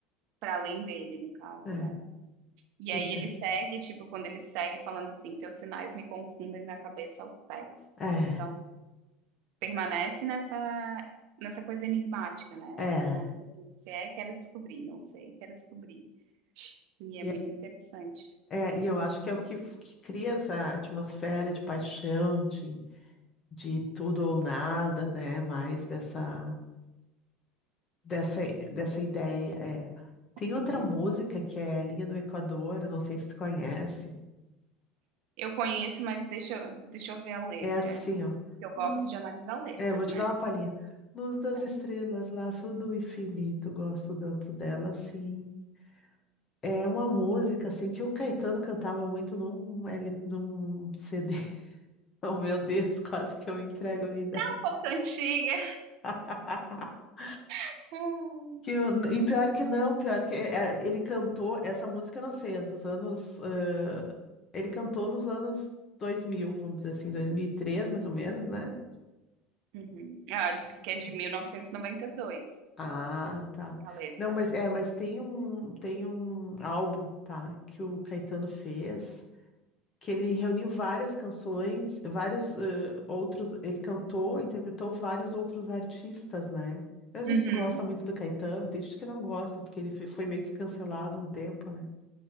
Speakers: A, on the right; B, on the left.
A: para além dele, no caso,
B: é.
A: né? E
B: Então,
A: aí ele segue, tipo, quando ele segue falando assim, teus sinais me confundem da cabeça aos pés.
B: é,
A: Então, permanece nessa nessa coisa enigmática, né?
B: é.
A: Então, o que você é, quero descobrir, não sei, quero descobrir. E é
B: E
A: muito interessante.
B: É, e eu acho que é o que, f- que cria essa atmosfera de paixão, de, de tudo ou nada, né? Mais dessa, dessa,
A: Sim.
B: dessa ideia. É. Tem
A: Uhum.
B: outra música que é Linha do Equador, eu não sei se tu conhece.
A: Eu conheço, mas deixa, eu- deixa eu ver a letra.
B: É assim, ó.
A: Eu gosto
B: Luz-
A: de analisar letras,
B: É, vou te
A: né?
B: dar uma palhinha. Luz das
A: É
B: estrelas, laço do infinito, gosto tanto dela, sim. É uma música, assim, que o Caetano cantava muito num, L- num CD. <laughs> Oh, meu Deus, quase que eu entrego a minha idade.
A: um pouco antiga.
B: <laughs>
A: <laughs>
B: Que, o- e pior que não, pior que é, é, ele cantou essa música, eu não sei, é dos anos. eh, ele cantou nos anos dois mil vamos dizer assim, dois mil e três mais ou menos, né?
A: Uhum. Ah, diz que
B: Por
A: é de
B: aí.
A: 1992,
B: Ah, tá.
A: a letra.
B: Não, mas é, mas tem um, tem um álbum, tá, que o Caetano fez. que ele reuniu várias canções, vários eh, outros, ele cantou, interpretou vários outros artistas, né? Eu não sei
A: Uhum.
B: se tu gosta muito do Caetano, tem gente que não gosta, porque ele fe- foi meio que cancelado um tempo, né?